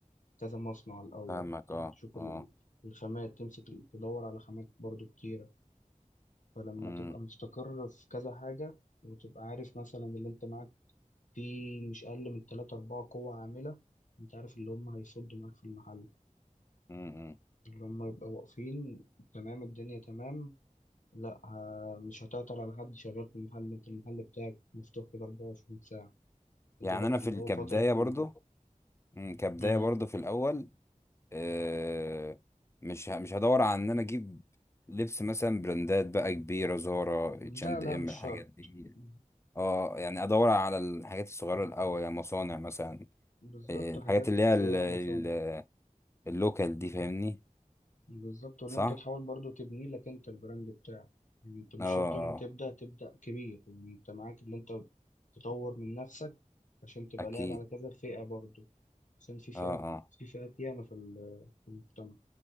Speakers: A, on the left; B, on the left.
A: كذا مصنع الاول
B: فاهمك
A: تروح
B: اه
A: تشوف
B: اه
A: ال- الخامات تمسك ال- تدور على خامات برضو كتيره فلما
B: امم
A: تبقى مستقر في كذا حاجة وتبقى عارف مثلا اللي انت معاك فيه مش أقل من تلاتة أربعة قوة عاملة انت عارف اللي هم هيصدوا معاك في المحل
B: أمم.
A: اللي هم يبقوا واقفين تمام الدنيا تمام لا ه- مش هتعطل على حد شغال في المحل انت المحل بتاعك مفتوح كده 24 ساعة يا
B: يعني
A: دوبك
B: انا
A: اللي
B: في ال-
A: هو
B: كبدايه
A: فترة بالليل
B: برضه أمم، كبدايه
A: مم.
B: برضه في الاول آه، مش ه- مش هدور على ان انا اجيب لبس مثلا براندات بقى كبيره زارا
A: لا
B: اتش اند
A: لا
B: ام
A: مش
B: الحاجات
A: شرط
B: دي
A: مم.
B: اه يعني ادور على الحاجات الصغيره الاول يعني مصانع مثلا
A: بالظبط
B: آه، الحاجات
A: حاجات
B: اللي هي
A: صغيرة
B: ال-
A: مثلا
B: ال- اللوكال دي فاهمني
A: بالظبط ولا
B: صح
A: انت تحاول برضو تبني لك انت البراند بتاعك يعني انت مش
B: اه
A: شرط يوم
B: اه
A: ما تبدا تبدا كبير يعني انت معاك ان انت تطور من نفسك عشان تبقى
B: اكيد
A: لاعب على كذا فئه برضو عشان في فئات
B: اه اه
A: في فئات ياما في ال- في المجتمع